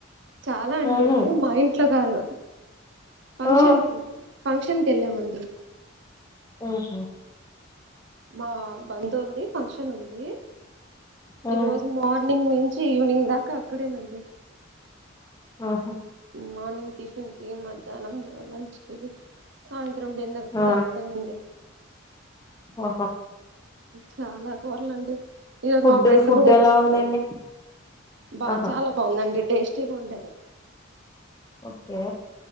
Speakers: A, on the right; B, on the left.
A: చాలా అండి
B: ఉహు
A: అంటే మా ఇంట్ల కాదు ఫంక్షన్
B: ఆ
A: ఫంక్షన్ కేల్లామండి
B: ఓహొ
A: మా బంధువుల్దీ ఫంక్షన్ ఉంది. ఉంది.
B: ఉ.
A: ఈ రోజు మార్నింగ్ నుంచ్ ఈవినింగ్ దాకా అక్కడేనండి.
B: ఆహా
A: మార్నింగ్ టిఫిన్ కీ మధ్యాహ్నం లంచ్ కీ ఆయ్ డిన్నర్
B: ఆ
A: కూడా అంతేనండి.
B: ఆహా
A: చాలా కూరలండి ఈరోజు
B: ఫుడ్
A: మా ఫ్రెండ్
B: ఫుడ్
A: కూడా వచ్చిందండి.
B: ఎలా ఉందండి
A: బా
B: ఆహా
A: చాలా బాగుందండి. టేస్టీ గా ఉంటాది.
B: ఓకే